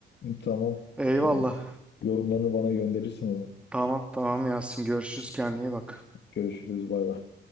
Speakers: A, on the left (about 60°); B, in the centre.
A: Tamam.
B: Eyvallah.
A: E, yorumlarını bana gönderirsin onu.
B: Tamam tamam Yasin görüşürüz kendine iyi bak.
A: Görüşürüz bay bay.